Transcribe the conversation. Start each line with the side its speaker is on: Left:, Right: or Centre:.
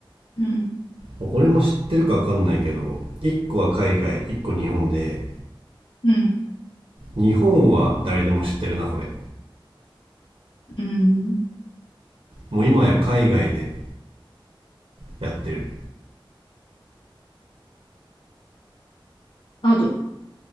Left: うん、
Right: これも知ってるかわかんないけど、1個は海外、1個日本で、
Left: うん、
Right: 日本は誰でも知ってるな、これ。
Left: うん。
Right: もう今や海外でやってる。
Left: あと、